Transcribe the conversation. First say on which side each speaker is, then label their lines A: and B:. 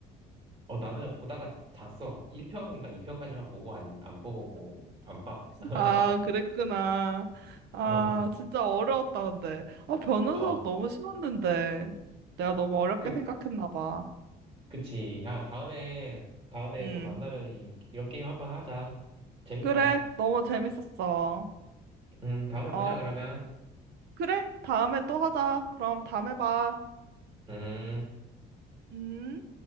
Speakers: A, on the right (about 30°); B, on the right (about 75°).
A: 어, 나는 보다가 잤어. 1편이니까 2편까지만 보고 안, 안 보고, 안 봐. <laughs>
B: 아, 그랬구나. 아,
A: 어,
B: 진짜 어려웠다, 근데. 아, 변호석
A: 어,
B: 너무 쉬웠는데. 내가 너무 어렵게
A: 그,
B: 생각했나 봐.
A: 그치. 야, 다음에, 다음에
B: 음,
A: 또 만나면 이, 이런 게임 한번 하자. 재밌다.
B: 그래. 너무 재밌었어.
A: 음, 다음에 보자,
B: 어.
A: 그러면.
B: 그래? 다음에 또 하자. 그럼 다음에 봐.
A: 음.
B: 음.